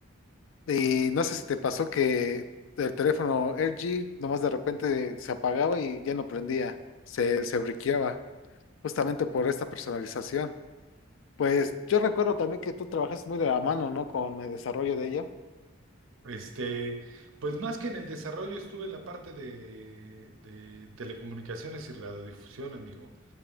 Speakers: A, on the left; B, on the right.
A: Y no sé si te pasó que el teléfono LG nomás de repente se apagaba y ya no prendía, se, se briqueaba. justamente por esta personalización. Pues yo recuerdo también que tú trabajas muy de la mano, ¿no? Con el desarrollo de ello.
B: Este, pues más que en el desarrollo estuve en la parte de, de telecomunicaciones y radiodifusión, amigo.